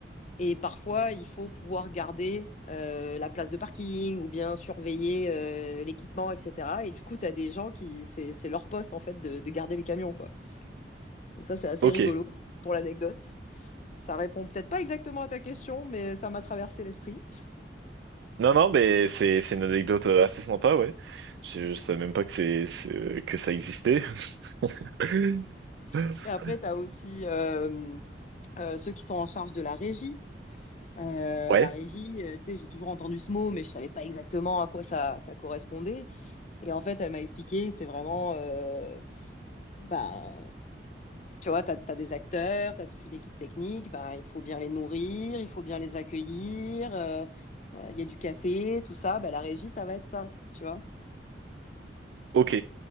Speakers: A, on the left; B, on the right.
A: Et parfois, il faut pouvoir garder euh, la place de parking ou bien surveiller euh, l'équipement, etc. Et du coup, tu as des gens qui, c'est c'est leur poste en fait de, de garder les camions, quoi. Donc ça, c'est assez
B: Ok.
A: rigolo pour l'anecdote. Ça répond peut-être pas exactement à ta question, mais ça m'a traversé l'esprit.
B: Non, non, mais c'est c'est une anecdote euh, assez sympa, ouais. Je, je savais même pas que c'est c'est- euh, que ça existait. <laughs>
A: <laughs> Et après, tu as aussi euh, euh, ceux qui sont en charge de la régie. Euh,
B: Ouais.
A: la régie, euh, tu sais, j'ai toujours entendu ce mot, mais je savais pas exactement à quoi ça, ça correspondait. Et en fait, elle m'a expliqué, c'est vraiment, euh, bah, tu vois, tu as, des acteurs, tu as toute une équipe technique, bah, il faut bien les nourrir, il faut bien les accueillir, euh, euh, il y a du café, tout ça, bah, la régie, ça va être ça, tu vois.
B: Ok,